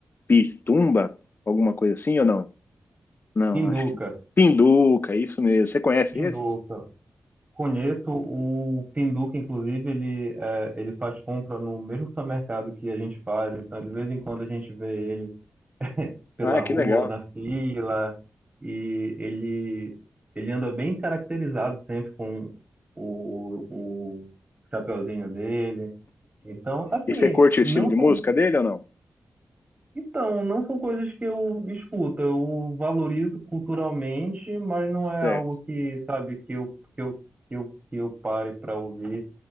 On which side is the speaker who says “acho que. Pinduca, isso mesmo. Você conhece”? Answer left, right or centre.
Left